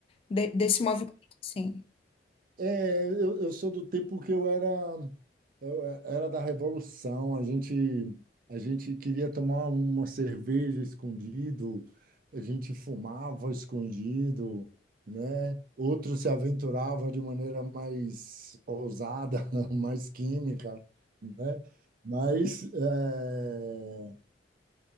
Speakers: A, on the left; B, on the right.
A: de- desse movimento, assim?
B: É, eu, eu sou do tempo que eu era, eu é, era da Revolução. A gente, a gente queria tomar uma cerveja escondido, a gente fumava escondido, né? Outros se aventuravam de maneira mais ousada, <laughs> mais química, né? Mas é,